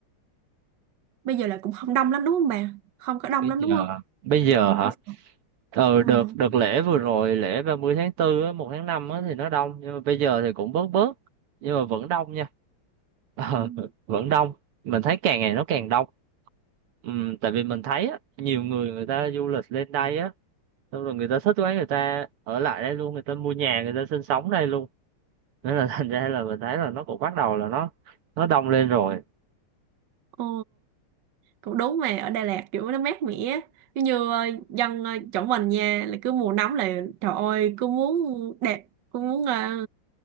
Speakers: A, on the right; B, on the right.
A: bây giờ là cũng không đông lắm đúng không bà? Không có đông
B: Bây
A: lắm
B: giờ
A: đúng không?
B: bây giờ
A: Mình
B: hả?
A: cứ
B: Ờ
A: Ừ.
B: đợt đợt lễ vừa rồi lễ 30 tháng tư, á, 1 tháng 5 á thì nó đông nhưng mà bây giờ thì cũng bớt bớt nhưng mà vẫn đông nha. <laughs> Ờ,
A: Ừm.
B: vẫn đông. Mình thấy càng ngày nó càng đông. Ừm, tại vì mình thấy á, nhiều người người ta du lịch lên đây á, xong rồi người ta thích quá người ta ở lại đây luôn, người ta mua nhà, người ta sinh sống đây luôn. Nên là <laughs> thành ra là mình thấy là nó cũng bắt đầu là nó nó đông lên rồi.
A: Ồ, cũng đúng mà ở Đà Lạt kiểu nó mát mẻ á. Giống như ờ, dân ờ, chỗ mình nha là cứ mùa nóng là trời ơi cứ muốn đẹp cứ muốn ờ,